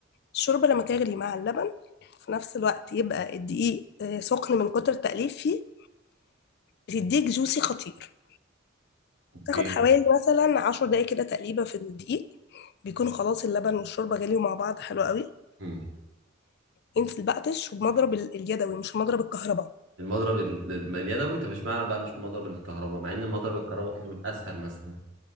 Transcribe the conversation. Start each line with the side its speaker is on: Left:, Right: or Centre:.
Left: الشوربة لما تغلي مع اللبن في نفس الوقت يبقى الدقيق آه، سخن من كتر التقليب فيه بتديك جوسي خطير
Right: اوكي
Left: تاخد حوالي مثلا عشر دقايق كده تقليبة في الدقيق بيكون خلاص اللبن والشوربة غليوا مع بعض حلو قوي
Right: مم.
Left: انزل بقتش وبمضرب ال- اليدوي مش مضرب الكهرباء
Right: المضرب ال- ال- اليدوي طب اشمعنى بقى مش مضرب الكهرباء مع ان المضرب الكهرباء ممكن يكون اسهل مثلا